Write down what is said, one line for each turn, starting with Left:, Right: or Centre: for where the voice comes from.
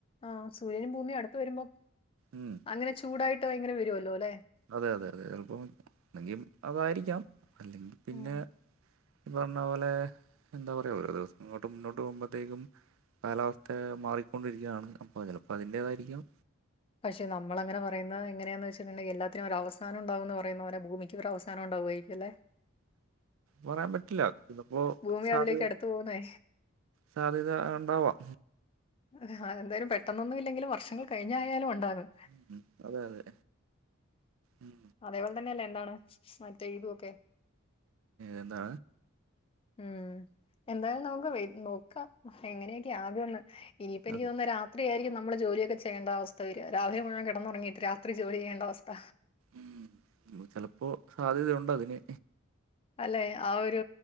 Left: ആഹ് സൂര്യനും ഭൂമി അടുത്ത് വരുമ്പോ
Right: ഉം
Left: അങ്ങനെ. ചൂടായിട്ട് ഭയങ്കര വരോല്ലോല്ലെ.
Right: അതെ അതെ അതെ ചെൽപ്പം അല്ലങ്കി അതായിരിക്കാം അല്ലെങ്കി പിന്നെ.
Left: ഉം.
Right: ഈ പറഞ്ഞ പോലെ എന്താ പറ ഓരോ ദിവസം ഇങ്ങോട്ട് മുന്നോട്ട് പോവുമ്പത്തേക്കും. കാലാവസ്ഥ മാറിക്കൊണ്ടിരിക്ക ആണ് അപ്പൊ ചെലപ്പോ അതിൻന്റേതായിരിക്കാം.
Left: പക്ഷെ നമ്മളങ്ങനെപറയുന്ന എങ്ങനെന്ന് വെച്ചിട്ടുണ്ടെങ്കി എല്ലാത്തിനും ഒരവസാനംണ്ടാവു പറയുന്ന പോലെ ഭൂമിക്ക് അവസ സാന ണ്ടാവോയിരിക്കല്ലേ.
Right: പറയാം പറ്റില്ല ചെലപ്പോ
Left: ഭൂമി
Right: സാധ
Left: അതിലേക്ക് അടുത്ത് പോകുന്നേ
Right: സാധ്യത ഉണ്ടാവാം.
Left: അഹ് എന്തായാലും പെട്ടന്നൊ ന്നുല്ലെങ്കിലും വർഷങ്ങൾ കഴിഞ്ഞായാലും ഉണ്ടാകും.
Right: ഉം അതെ അതെ ഉം.
Left: അതേപോലെ തന്നെ അല്ലേ എന്താണ് മറ്റേ ഇതുവൊക്കെ.
Right: ഏതാണ്?
Left: ഉം എന്തായാലും നമുക്ക് വെയ് നോക്കാം എങ്ങനൊക്കെ ആകുഎന്ന്. ഇനിയിപ്പ എനിക്ക്
Right: അത്
Left: തോന്നുന്ന് രാ ത്രിയായിരിക്കും നമ്മള് ജോലിയൊക്കെ ചെയ്യേണ്ട അവസ്ഥ വരാ രാവിലെ മുഴുവൻ കിടന്നുറങ്ങിട്ട് രാത്രി ജോലി ചെയ്യേണ്ട അവസ്ഥ.
Right: ഉം ഉം ചെലപ്പോ സാധ്യതയുണ്ടതിന്.
Left: അല്ലെ ആഹ് ഒരു